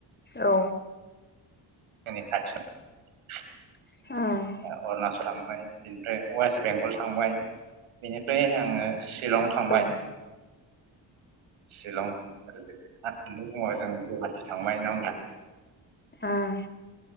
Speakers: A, on the left (about 20°); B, on the right (about 85°).
A: औ
B: <unintelligible> अरणचल
A: उम
B: थांबाय बिनिफ्राय वेस्ट बेंगल थांबाय बिनिफ्राय आङो शिलं थांबाय
A: औ उम
B: शिलं आरो बेनि उनाव जों गुवाहाटि थांबाय नङा होनबा <unintelligible>
A: ओम